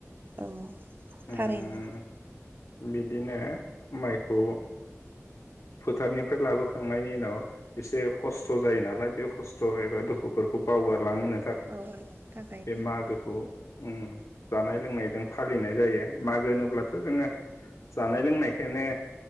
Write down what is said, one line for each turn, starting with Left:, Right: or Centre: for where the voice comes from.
Right: औ
Left: उम
Right: थारैनो
Left: बिदिनो मायखौ फोथारनिफ्राय लाबोखांनायनि उनाव एसे खस्थ' जायो नालाय बे खस्थ' एबा दुखुफोरखौ बावगारलां होनो
Right: बावगारलांनो थाखाय
Left: बे मागोखौ अम अम जानाय लोंनायजों फालिनाय जायो मागो होनोब्लाथ जोंङो जानाय लोंनायखोनो